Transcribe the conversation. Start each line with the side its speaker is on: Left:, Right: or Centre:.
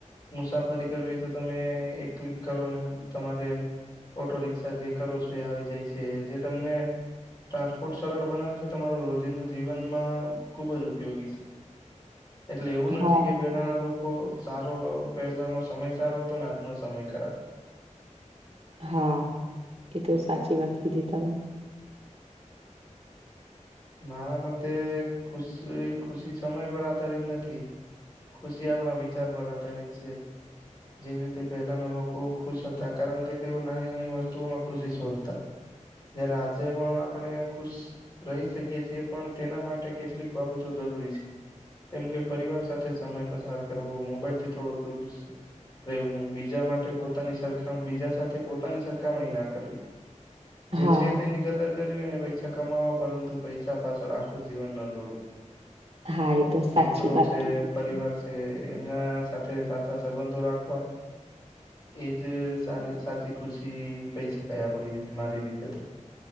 Left: મુસાફરી કરવી તો તમે એક ક્લિક કરો અને તમારે. ઓટો રિક્ષા જે કરો છો એ આવી જાય છે જે તમને. ટ્રાન્સપોર્ટ સરળ બનાવે છે, તમારું રોજિંદુ જીવનમાં ખુબ જ ઉપયોગી છે, એટલે એવું
Right: હા
Left: નથી કે પહેલા ના લોકો સારો પહેલા નો સમય સારો હતો ને આજનો સમય ખરાબ છે.
Right: હા, એ તો સાચી વાત કીધી તમે.
Left: મારા માટે ખુશી, ખુશી સમય પર આધારિત નથી. ખુશી આપણા વિચાર પર આધારિત છે. જેવી રીતે પહેલાના લોકો ખુશ હતા કારણ કે, તેઓ નાની-નાની વસ્તુઓમાં ખુશી શોધતા. જ્યારે આજે પણ આપણે ખુશ રહીશ શકીએ છીએ પણ તેના માટે કેટલીક બાબતો જરૂરી છે. જેમ કે પરિવાર સાથે સમય પસાર કરવો, મોબાઈલ થી થોડો દૂર રહેવું, બીજા માટે પોતાની સરખામણી બીજા સાથે પોતાની સરખામણી ના કરવી. જે
Right: હા
Left: છે તેની કદર કરવી અને પૈસા કમાવા પરંતુ પૈસા પાછળ આખું જીવન ના દોડવું,
Right: હા એ તો સાચી
Left: મિત્રો
Right: વાત
Left: છે,
Right: કીધી
Left: પરિવાર છે. કે એમના સાથે સાચા સંબંધો રાખવા. એ જ સારી સાચી ખુશી કહી શકાય આપડી રીતે મારી રીતે તો